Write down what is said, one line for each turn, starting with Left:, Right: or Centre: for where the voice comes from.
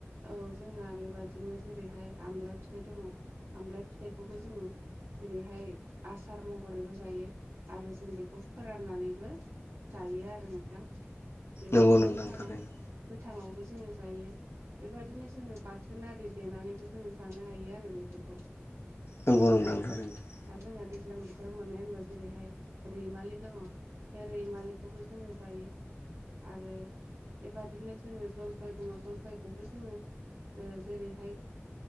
Right: औ जोंहा बेबादिनो जेरैहाय आमलाय फिथाइ दङ आमलाय फिथाइखौबो जोङो जेरैहाय आसार महरैबो जायो आरो जों बेखौ फोराननानैबो जायो आरो नोंथां बेबादिनो
Left: नंगौ नोंथां
Right: गोथाङाव
Left: थारैनो
Right: गोथाङावबो जोङो जायो बेबायदिनो जोङो बाथोन आरि देनानैबो जोङो जानो हायो आरो बेफोरखौ
Left: नंगौ
Right: आरो
Left: नोंथां थारैनो
Right: दा जोहा दैज्लां बोथोराव मोननाय होनबा जेरैहाय रैमालि दङ बे रैमालिखौबो जोङो जायो आरो बेबादिनो जोङो जलफाय दङ जलफायखौबो जोङो जेरैहाय